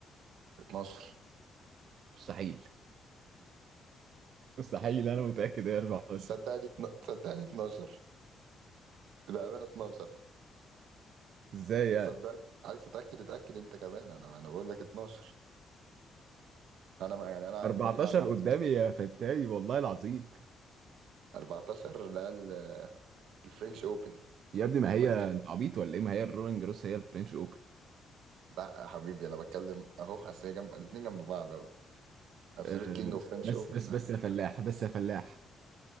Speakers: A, on the right; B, on the right.
A: 12
B: مستحيل <laughs> مستحيل انا متأكد هي 14
A: صدقني اتنا- صدقني 12 بأمانة 12
B: ازاي يعني
A: صدقني عايز تتأكد اتأكد أنت كمان أنا أنا بقول لك 12 أنا ما يعني أنا
B: 14
A: عندي دي معلومتي
B: قدامي يا فتاي والله العظيم
A: 14 ده ال- الفرنش اوبن
B: يا ابني ما
A: انا
B: هي
A: بتكلم
B: انت عبيط ولا ايه ما هي الرولينج جروس هي الفرنش اوبن
A: لا يا حبيبي انا بتكلم اهو اصل هي جنب الاتنين جنب بعض اهو ابسولوت
B: أه
A: كينج اوف فرنش
B: بس
A: اوبن
B: بس بس يا فلاح بس يا فلاح